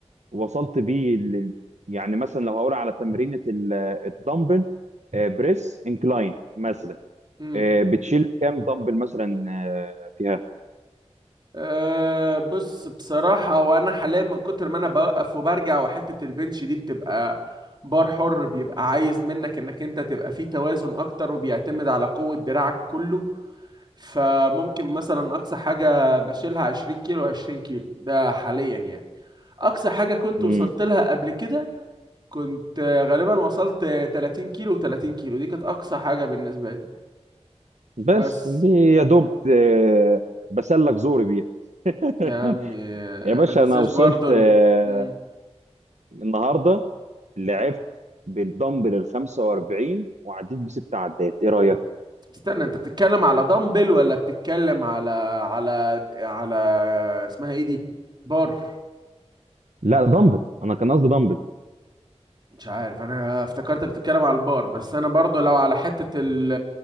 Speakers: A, on the right; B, on the right.
A: وصلت بيه ل- يعني مثلا لو هقول على تمرينة ال- الدمبل آه، بريس انكلاين مثلا
B: امم
A: آه، بتشيل كام دمبل مثلا آه، فيها
B: أه بص بصراحة وأنا حاليا من كتر ما أنا بوقف وبرجع وحتة البنش دي بتبقى بار حر بيبقى عايز منك إنك أنت تبقى فيه توازن أكتر وبيعتمد على قوة دراعك كله فممكن مثلا أقصى حاجة بشيلها 20 كيلو 20 كيلو ده حاليا يعني أقصى حاجة كنت
A: مم.
B: وصلت لها قبل كده كنت آه، غالبا وصلت آه، 30 كيلو 30 كيلو دي كانت أقصى حاجة بالنسبة لي
A: بس
B: بس
A: دي يا دوب آه، بسلك زوري بيها <laughs>
B: يا عمي
A: يا باشا
B: ما تنساش
A: انا وصلت
B: برضو
A: آه،
B: إن- مم.
A: النهارده لعبت بالدمبل ال 45 وعديت بست عدات ايه رايك
B: استنى انت بتتكلم على دمبل ولا بتتكلم على على على اسمها ايه دي بار
A: لا دمبل انا كان قصدي دمبل
B: مش عارف انا افتكرتك بتتكلم على البار بس انا برضو لو على حتة ال-